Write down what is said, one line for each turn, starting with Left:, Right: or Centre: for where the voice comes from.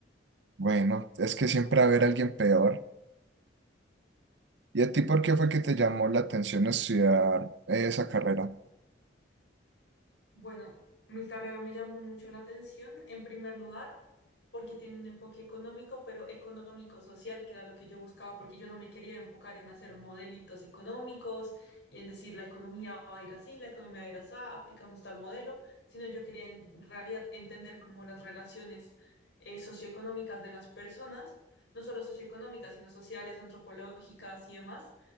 Right: bueno, es que siempre va a haber alguien peor. ¿Y a ti por qué fue que te llamó la atención estudiar eh, esa carrera?
Left: Bueno, mi carrera me llamó mucho la atención, en primer lugar, porque tiene un enfoque económico, pero económico-social, que era lo que yo buscaba, porque yo no me quería enfocar en hacer modelitos económicos y en decir la economía va a ir así, la economía va a ir así, aplicamos tal modelo, sino yo quería en realidad entender cómo las relaciones eh, socioeconómicas de las personas, no solo socioeconómicas, sino sociales, antropológicas y demás,